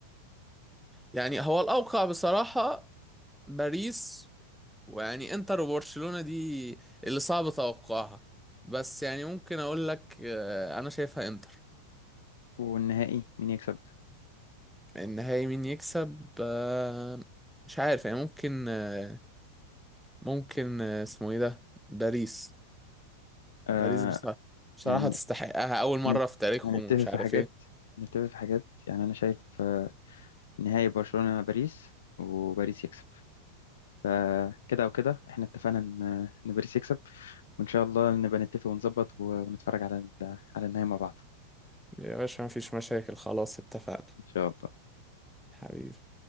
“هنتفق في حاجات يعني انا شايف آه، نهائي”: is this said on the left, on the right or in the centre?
Left